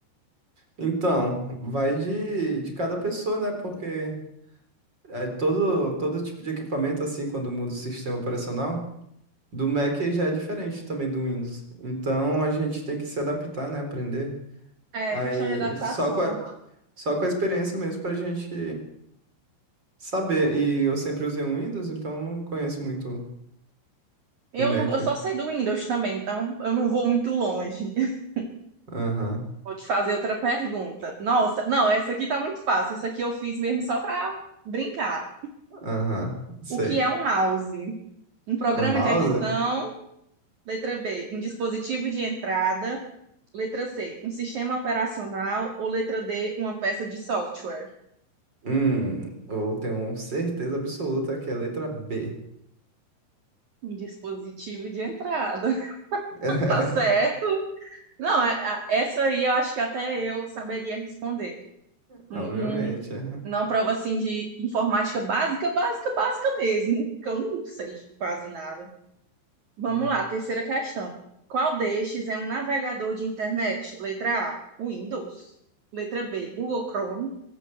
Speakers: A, on the right; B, on the right.
A: Então, vai de, de cada pessoa, né? Porque é todo, todo tipo de equipamento, assim, quando muda o sistema operacional, do Mac já é diferente também do Windows. Então, a gente tem que se adaptar, né? Aprender.
B: É
A: Aí,
B: questão de adaptação,
A: só com a, só com a experiência mesmo pra gente saber. E
B: né?
A: eu sempre usei o Windows, então não conheço muito
B: Eu,
A: O Mac.
B: não, eu só sei do Windows também, então eu não vou muito longe. <laughs>
A: Aham,
B: Vou te fazer outra pergunta. Nossa, não, essa aqui tá muito fácil. Essa aqui eu fiz mesmo só pra brincar.
A: aham, sei.
B: O que é um mouse? Um programa
A: O mouse?
B: de adição, letra B, um dispositivo de entrada, letra C, um sistema operacional ou letra D, uma peça de software.
A: Hum, eu tenho certeza absoluta que é a letra B.
B: Um dispositivo de entrada. <laughs>
A: <laughs>
B: Tá certo? Não, é- a- essa aí eu acho que até eu saberia responder.
A: Obviamente.
B: Um, um
A: é.
B: Não prova assim de informática básica, básica, básica mesmo, que eu não sei quase nada. Vamos
A: Uhum.
B: lá, terceira questão. Qual destes é um navegador de internet? Letra A, Windows. Letra B, Google Chrome.